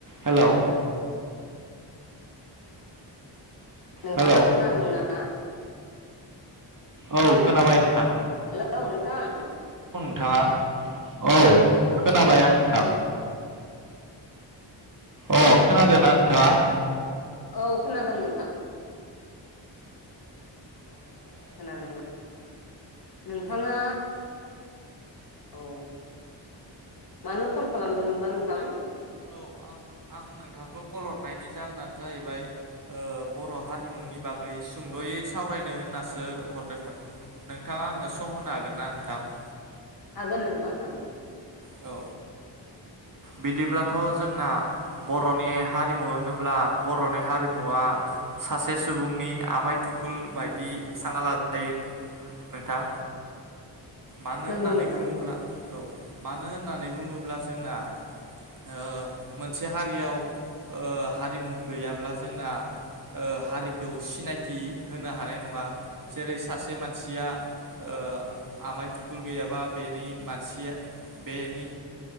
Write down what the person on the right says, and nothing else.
हेलौ
हेलौ
औ खोनाबाय नोंथां।
थाङा औ खोनाबाय आं नोंथां।
अ खोनादोंना नोंथाङा?
औ खोनाबायना
नोंथाङा?
औ आं आं नोंथांखौ कल हरनायनि जाहोनानो जाहैबाय ओ बर हारिमुनि बागै सुंदयै सावरायनो होननासो हरदोंमोन नोंथाङा आंनो सम होनो हागोन ना नोंथां?
औ बिदिब्लाथ' जोंना ब'रनि हारिमु होनोब्ला बर'नि हारिमुवा सासे सुबुंनि आमाय थुकुल बायदि साङा लाजायो नोंथां। मानो होननानै
बुङोब्ला
औ मानो होननानै बुङो ब्ला जोंना ओ मोनसे हारियाव ओ हारिमु गैयाब्ला जोंना ओ हारिखौ सिनायथि होनो हानाय नङा जेरै सासे मानसिया ओ आमाय थुखुल गैयाबा बेनि मानसिया बेनि